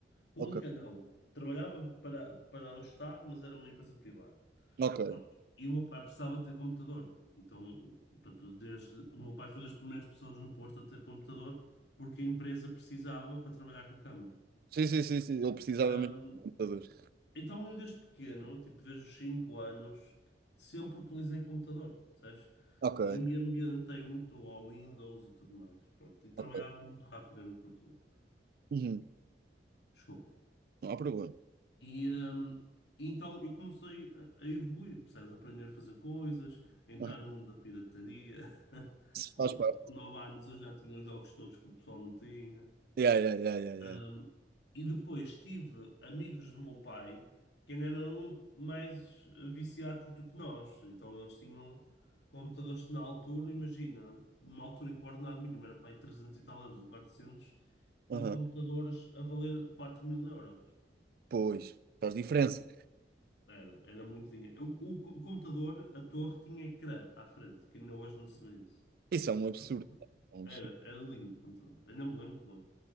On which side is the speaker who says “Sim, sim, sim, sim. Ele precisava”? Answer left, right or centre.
Right